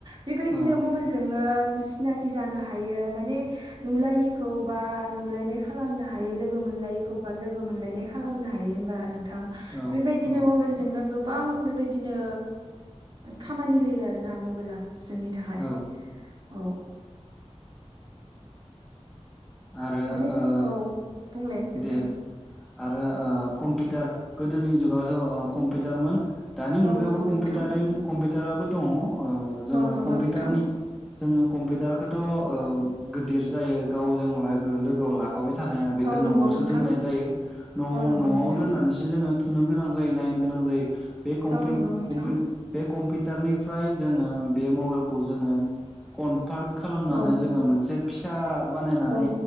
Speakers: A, on the right; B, in the centre.
A: बेबायदिनो
B: औ
A: मबाइलजोंनो सिनाकि जानो हायो माने नुलायिखौ बा नुलायनाय खालामनो हायो लोगो मोनलायिखौबो लोगो मोनलायनाम खालामनो हायो होनबा नोंथां
B: औ
A: बेबायदिनो
B: औ
A: मबाइलजोंनो गोबां बेबायदिनो खामानि होयो आरोना मबाइला जोंनि थाखाय
B: औ
A: औ
B: आरो
A: माने
B: ओह
A: औ बुंलाय नोंथां
B: दे आरो ओह कम्पिउटार गोदोनि जुगावथ' कम्पिउटारमोन दानि मुगायावबो
A: औ नंगौ
B: कमपिउटारै
A: नोंथां
B: कम्पिउटाराबो दङ ओह जोङो
A: औ नंगौ
B: कम्पिउटारनि
A: नोंथां
B: जोङो कम्पिउटारखौथ' ओह गिदिर जायो गावजों लागो लोगोआव ला फाबाय थानो हाया बेखौ
A: औ
B: न'आवसो
A: नंगौ नोंथां
B: दोननाय जायो न'आव
A: औ नंगौ
B: न'आव
A: नोंथां
B: दोननानैसो जोङो थुनो गोनां जायो नायनो गोनां जायो बे कम्पि-
A: औ नंगौ नोंथां
B: कम्पि-बे कम्पि टार निफ्राय जोङो बे मबाइलखौ जोङो कनफार्क खालामनानै
A: औ
B: जोङो मोनसे फिसा बानायनानै
A: औ